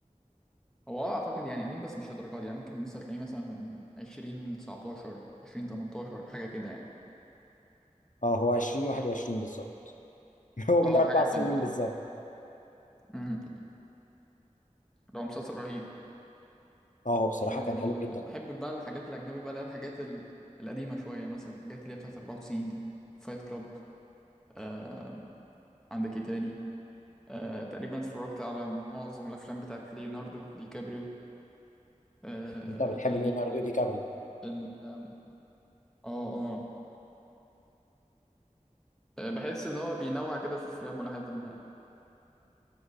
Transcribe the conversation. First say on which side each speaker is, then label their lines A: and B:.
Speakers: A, in the centre; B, on the left (about 75°).
A: هو اه اعتقد يعني قديم بس مش للدرجه دي يعني ممكن مثلا تلاقيه مثلا 20 19 20 18 حاجه كده يعني
B: اه هو 2021 بالظبط <laughs> هو
A: اه
B: من اربع
A: حاجه
B: سنين
A: كده
B: بالظبط
A: اه ده هو مسلسل رهيب
B: اه هو بصراحة
A: وبحب
B: كان حلو جدا
A: بقى الحاجات الأجنبي بقى اللي هي الحاجات ال- القديمة شوية مثلا الحاجات اللي هي بتاعت 94 دي فايت كلاب آه عندك ايه تاني آه تقريبا اتفرجت على معظم الأفلام بتاعت ليوناردو دي كابريو آه
B: انت بتحب
A: ايه تاني
B: ليوناردو دي كابريو
A: ال آم، اه اه آه، بحس إن هو بينوع كده في أفلامه لحد ما